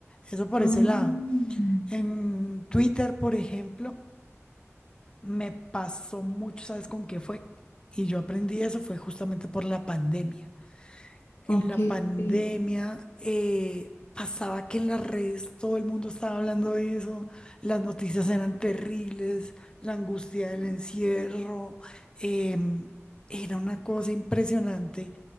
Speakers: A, on the left; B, on the left.
A: Eso por
B: ah.
A: ese lado. En Twitter, por ejemplo, me pasó mucho, ¿sabes con qué fue? Y yo aprendí eso fue justamente por la pandemia en
B: Ok,
A: la pandemia
B: ok.
A: eh, pasaba que en las redes todo el mundo estaba hablando de eso, las noticias eran terribles, la angustia del encierro, em, era una cosa impresionante